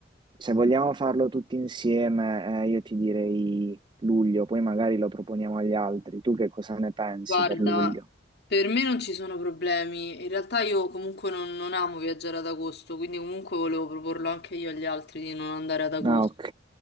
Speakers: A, on the right (about 25°); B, on the left (about 60°).
A: se vogliamo farlo tutti insieme, eh, io ti direi luglio, poi magari lo proponiamo agli altri. Tu che cosa ne pensi
B: Guarda,
A: per luglio?
B: per me non ci sono problemi. In realtà io comunque non, non amo viaggiare ad agosto, quindi comunque volevo proporlo anche io agli altri di non andare ad agosto.
A: Ah, ok.